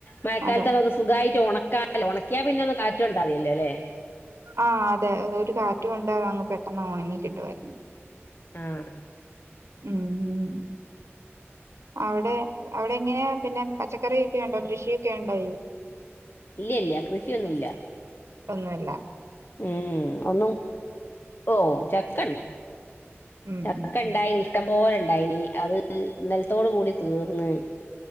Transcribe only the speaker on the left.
മഴക്കാലത്ത്അമ്മക്ക്
സ് സുഖായിട്ട് ഒണക്കാലോ. ഒണക്കിയാ പിന്നെ ഒന്ന് കാറ്റ് കൊണ്ടാമതീലോലെ?
ആഹ്
ഇല്യല്ല്യ കൃഷിയൊന്നുല്ല
ഉം ഒന്നും ഓഹ് ചക്കണ്ട്
ചക്കണ്ടായിനി
ഇഷ്ടംപോല ഇണ്ടായിനി അത് ഇന്നൽത്തോട് കൂടി തീർന്ന്